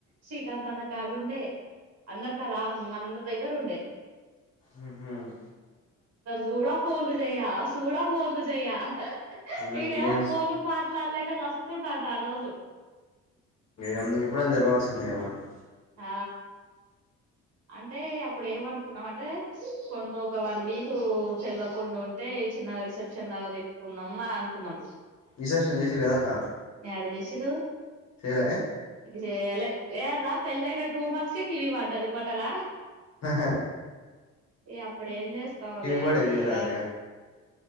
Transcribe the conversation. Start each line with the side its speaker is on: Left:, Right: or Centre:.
Right: శ్రీకాంత్ అన్న కాడు ఉండే అందరిక రా అందరి దగ్గర ఉండే
Left: ఉమ్
Right: చూడా పోలు చెయ్య చూడా పోలు చెయ
Left: ఇంగ
Right: తేనే
Left: గేమ్స్
Right: ఏమో ఫోన్ మాట్లాడలేక చస్తున్నాట ఆ రోజు
Left: ఎందుక ఇప్పుడనా తెలవాల్సిందన్నాగా మరికి
Right: ఆ అంటే అప్పుడు ఏమ అనుకున్నాం అంటే కొంద ఒక వన్ వీక్ సలవకుండా ఉంటే చిన్నగా రిసెప్షన్ లాగా పెట్టుకుందాం అని అనుకున్నాం
Left: రిసెప్షన్ చేసుడు కదా అక్క
Right: ఎడ చేసిర్రు
Left: రిరే
Right: చెయ్యాలె ఎ అన్న పెళ్లి అయినా ట్వ మంత్స్ కే కివి పాత పాటల
Left: ఆహా
Right: ఏ అప్పుడు ఏం చేస్తాంలే
Left: బర్డే
Right: అని
Left: చేయరాదురిగా
Right: ఇక